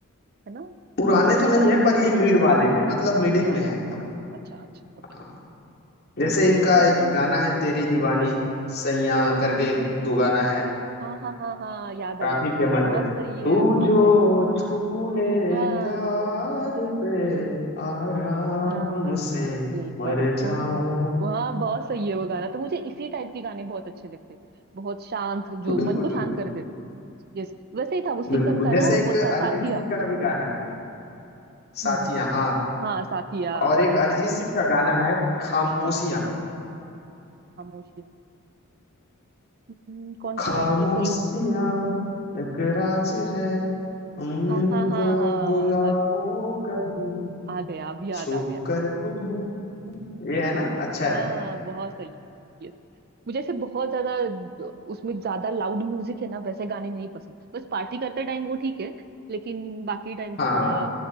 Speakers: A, on the right (about 45°); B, on the left (about 50°).
A: है ना
B: पुराने
A: कुछ पुराने
B: तो
A: गाने
B: नहीं है पर ये मिड वाले हैं मतलब
A: मिड
B: मिडिल
A: वाले
B: में है
A: हैं
B: एकदम
A: अच्छा अच्छा ओके
B: हाँ। जैसे इनका
A: मुझे
B: एक
A: तो
B: गाना है तेरी दीवानी सैया करके एक दो गाना है
A: हाँ हाँ हाँ हाँ याद
B: काफी
A: आया मुझे
B: फेमस
A: बहुत
B: है
A: सही है
B: तू
A: बहुत
B: जो
A: सही
B: छू ले
A: हाँ
B: प्यार
A: हंसी,
B: पे आराम
A: हाँ, हंसी
B: से मर
A: मर जा
B: जाऊं
A: वहाँ बहुत सही है वो गाना तो मुझे इसी टाइप के गाने बहुत अच्छे लगते हैं बहुत शांत जो
B: बिल्कुल
A: मन को शांत
B: बिल्कुल
A: कर देते हैं यस वैसे ही था वो सिंघम
B: बिल्कुल
A: का
B: जैसे
A: ना वो
B: एक अरिजीत
A: था साथिया
B: सिंह का भी गाना है साथियां
A: जी जी जी
B: हाँ
A: हाँ साथिया
B: और एक अरिजीत सिंह का गाना है खामोशियां
A: हम्म, खामोशिया हम्म, कौन
B: खामोशियां
A: सा है मतलब तो
B: एक राज है उनको
A: हाँ हाँ हाँ हाँ
B: बुलाओ
A: आ,
B: कभी
A: आ गया अभी याद
B: छू
A: आ गया
B: कर तुम्हें ये है ना अच्छा
A: हाँ
B: है
A: बहुत सही है यस मुझे ऐसे बहुत ज्यादा द- उसमें ज्यादा लाउड म्यूजिक है ना वैसे गाने नहीं पसंद बस पार्टी करते टाइम वो ठीक है लेकिन बाकी टाइम तो
B: हाँ
A: थोड़ा